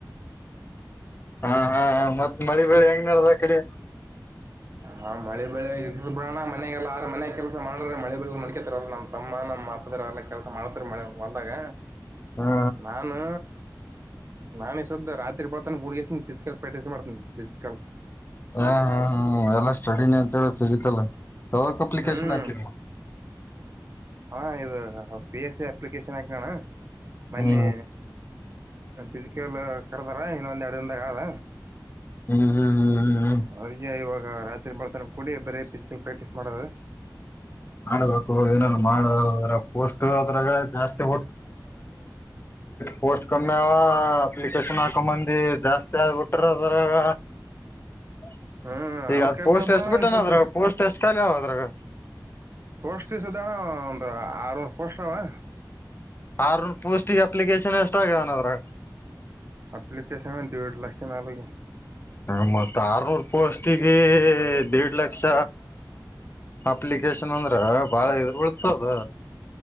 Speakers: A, on the left (about 30°); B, on the right (about 35°).
A: ಹಾ ಹಾ ಮತ್ತ್ ಮಳೆ ಬಳಿ ಹೆಂಗ ನಡ್ದ ಆ ಕಡೆ
B: ಹಾ ಮಳೆ ಬೆಳೆ ಆಗ ಬಾ ಮನೆಗೆಲ್ಲಾರ ಮನೆ ಕೆಲಸ ಮಾಡಿದ್ರೆ ಮಳೆ ಬೆಳಿ ಮುರಿಕತಾರಲ್ಲ ನಮ್ಮ ತಮ್ಮ ನಮ್ಮ ಅಪ್ಪದಿರು ಎಲ್ಲ ಕೆಲಸ ಮಾಡ್ತಾರೆ ಮಳೆ ಹೊಲದಾಗ
A: ಹ
B: ನಾನು ನಾನ ಈ ಸದ್ದ ರಾತ್ರಿ ಬರ್ತಾನ ಹುಡುಗ ಫಿಸಿಕಲ್ ಪ್ರಾಕ್ಟೀಸ್ ಮಾಡ್ತೀನಿ ಫಿಸಿಕಲ್
A: ಹ್ಮ ಹ್ಮ್ ಹ್ಮ್ ಎಲ್ಲಾ ಸ್ಟಡಿನೆ ಲ್ಲ ಫಿಸಿಕಲ್ ಯಾವ ಅಪ್ಲಿಕೇಶನ್
B: ಹ್ಮ್
A: ಹಾಕಿರ
B: ಹಾ ಇದು ಪಿ ಎಸ್ ಎ ಅಪ್ಲಿಕೇಶನ್ ಹಾಕಿನಿ ಅಣ ಮೆನ್ನೆ
A: ಹ್ಮ್
B: ಫಿಸಿಕಲ್ ಕರೆದಾರ ಇನ್ನೊಂದು ಎರಡು ದಿನದಾಗ ಆದ
A: ಹ್ಮ್ ಹ್ಮ್ ಹ್ಮ್ ಹ್ಮ್ ಹ್ಮ್
B: ಅದಕ್ಕೆ ಇವಾಗ ರಾತ್ರಿ ಮಾಡತನ ಕುಡ್ರಿ ಬರೆ ಪಿಸ್ತೂಲ್ ಪ್ರಾಕ್ಟೀಸ್ ಮಾಡದು.
A: ಹೌದು. ಏನಾದ್ರು ಮಾಡನ ಪೋಸ್ಟು. ಜಾಸ್ತಿ. ಅದ್ರಗಾ ಜಾಸ್ತಿ ಪೋಸ್ಟು. ಕಮ್ಮಿಯಾವ ಅಪ್ಲಿಕೇಶನ್ ಹಾಕೊಂಡ ಬಂದ್ವಿ ಜಾಸ್ತಿ ಆದಗ್ಬಿಟ್ರ ಅದರಾಗ. <inaudible>
B: ಹ್ಮ್
A: ಈಗ
B: ಅದಕ್ಕಂಟ
A: ಪೋಸ್ಟ್
B: ಬಿಡ
A: ಎಸ್ಟ್ ಬಿಟ್ಟಾನ
B: ಸದ್
A: ಅದ್ರಾಗ ಪೋಸ್ಟ್ ಎಸ್ಟ್ ಖಾಲಿ ಅದಾವ ಅದ್ರಾಗ.
B: ಪೋಸ್ಟ್ ಎಸ್ಟಿದವ್ ಒಂದು ಆರನೂರು ಪೋಸ್ಟವಾ.
A: ಆರನೂರ ಪೋಸ್ಟಿಗ್ ಅಪ್ಲಿಕೇಶನ್ ಎಷ್ಟ ಆಗಿದವ ಅವ್ರ.
B: ಅಪ್ಲಿಕೆೇಶನ್ ದುಡ್ಡ ಲಕ್ಷ ಮೇಲೆಗೆ.
A: ಹ ಮತ್ ಆರ್ನೂರ್ ಪೋಸ್ಟಿಗೆ ದೇಡ್ ಲಕ್ಷ ಅಪ್ಲಿಕೇಶನ್ ಅಂದ್ರ ಬಾಳ ಎದುರು ಬಿಳ್ತದ.